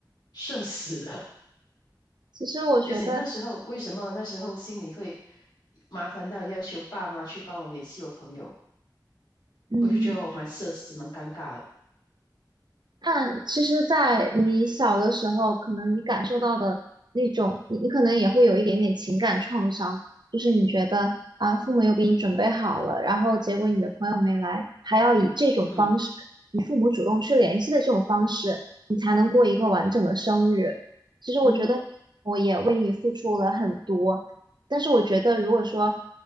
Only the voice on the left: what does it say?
<laughs> 社死的。
就讲那时候为什么那时候心里会麻烦到要求爸妈去帮我联系我朋友，
我就觉得我蛮社死，蛮尴尬的。
嗯
嗯哼，